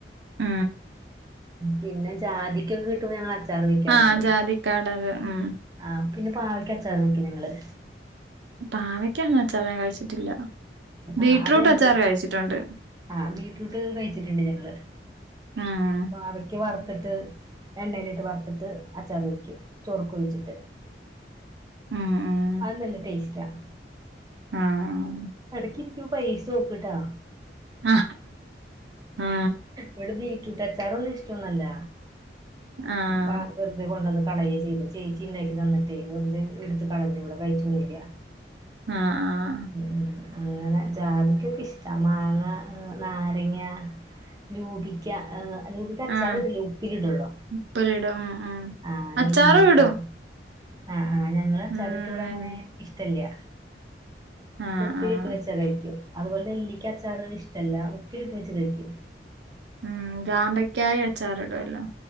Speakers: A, on the right; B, on the right.
A: മ്.
B: പിന്നെ ജാതിക്ക്യോക്കെ കിട്ടുമ്പോ ഞങ്ങള് അച്ചാറ് വെക്ക്യാറ്ണ്ട്.
A: ആഹ് ജാതിക്കാട് അത് ഉം
B: ആ പിന്നെ പാവയ്ക്ക് അച്ചാറ് വെ ക്കും ഞങ്ങള്.
A: പാവയ്ക്കാന്ന ച്ചാറ് ഞാൻ കഴിച്ചിട്ടില്ല. ബീറ്റ്റൂട്ട്
B: ആ അതന്നെ
A: അച്ചാറ് കഴിച്ചിട്ടുണ്ട്.
B: ആ ബീട്റൂട്ട് കഴിച്ചിട്ടുണ്ട് ഞങ്ങള്.
A: ഉം
B: പാവ ക്യാ വറ്ത്ത്ട്ട് എണ്ണേല്ട്ട് വറുത്ത്ട്ട് അച്ചാറൊയ്ക്കും ചോറ്ക്ക് ഒഴിച്ചിട്ട്.
A: ഉം ഉം
B: അത് നല്ല ടേസ്റ്റാ.
A: ആഹ്.
B: എടക്കിരിക്കുമ്പോ പരീസ്ച്ചോക്ക് ട്ടോ.
A: ആ ആ.
B: ഇവ്ടെ ബീട്രൂടച്ചാറൊന്നും ഇഷ്ടൊന്നല്ല
A: ആഹ് ആഹ്
B: പാ വെർതെ കൊണ്ടന്ന് കളയേ ചെയ്ത് ചേച്ചി ഇണ്ടാക്കി തന്നിട്ടേ വെർതെ എട്ത്ത് കളഞ്ഞു ഇവിടെ കഴിച്ചൊന്നുല്ല.
A: ആഹ് ആഹ്.
B: ഉം അങ്ങനെ ജാതിക്കൊക്കെ ഇഷ്ടാ മാങ്ങ, നാരങ്ങ രൂപിക്ക ലൂപ്പിക്ക അച്ചാറ്
A: ആഹ്
B: ഇടില്ല്യ ഉപ്പില് ടൊളു
A: ഉപ്പിലിടും ഉം ഉം
B: ആ
A: അച്ചാറും
B: നെല്ലിക്ക്യ.
A: ഇടും
B: ആഹ് ആഹ് ഞങ്ങള് അച്ചാറിട്ട
A: ഉം
B: ഇ വിടങ്ങനെ
A: എൻ
B: ഇഷ്ടല്ല്യ.
A: ആഹ്.
B: ഉപ്പിലിട്ട്
A: ആഹ്
B: വെച്ചാ കഴിക്കും അതുപോലെ നെല്ലിക്കച്ചാറ് ഇഷ്ടല്ല ഉപ്പിലിട്ട് വെച്ച് കഴിക്കും
A: ഉം ജാമ്പയ്ക്കായും അച്ചാറ്ടല്ലോ.